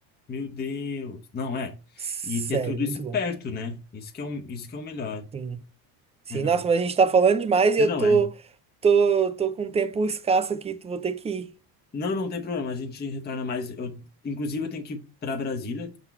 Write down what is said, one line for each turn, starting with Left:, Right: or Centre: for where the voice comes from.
Left: Meu Deus. Não, é.
Right: Sério,
Left: E ter tudo
Right: muito
Left: isso
Right: bom.
Left: perto, né? Isso que é um isso que é o melhor.
Right: Sim. Sim,
Left: É, não.
Right: nossa, mas a gente tá falando demais e
Left: E
Right: eu
Left: Não,
Right: tô,
Left: é.
Right: tô, tô com um tempo escasso aqui, tu vou ter que ir.
Left: Não, não tem problema. A gente retorna mais. Eu, inclusive, eu tenho que ir para Brasília.